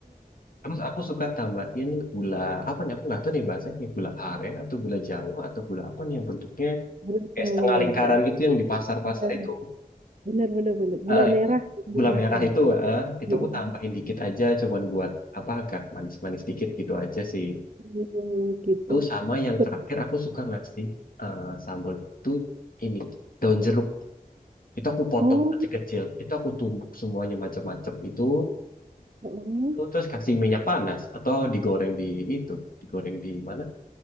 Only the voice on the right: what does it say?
Gula
Jawa
ya, Dok.
Iya,
benar benar benar. Gula
merah, gula
merah
ya.
Mm,
mm, Gitu.
Terus-
Oh,
heeh.